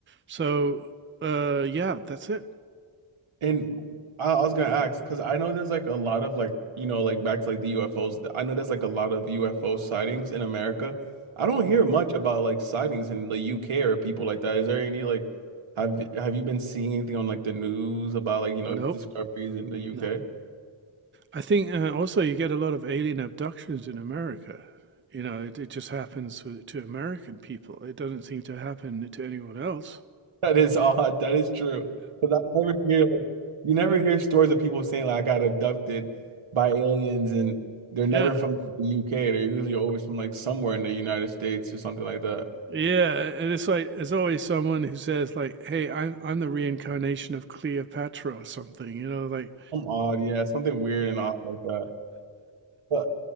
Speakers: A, on the right (about 25°); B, on the right (about 80°).
A: So uh, yeah, that's it.
B: And I, I was gonna ask because I know there's like a lot of like you know like back to like the UFOs. I know there's like a lot of UFO sightings in America. I don't
A: Mm.
B: hear much about like sightings in the UK or people like that. Is there any like have have you been seeing anything on like the news about like you know
A: Nope,
B: discoveries in the UK?
A: nope.
B: <laughs>
A: I think uh, also you get a lot of alien abductions in America. You know, it, it just happens to, to American people. It doesn't seem to happen to anyone else.
B: That is odd. That is true. Because I never hear like, you never hear stories of people saying like I got abducted by aliens and they're never
A: Yeah.
B: from the UK. They're usually always from like somewhere in the United States or something like that.
A: Yeah, and it's like there's always someone who says like, "Hey, I'm I'm the reincarnation of Cleopatra or something," you know, like
B: Some odd, yeah, something weird and odd like that. But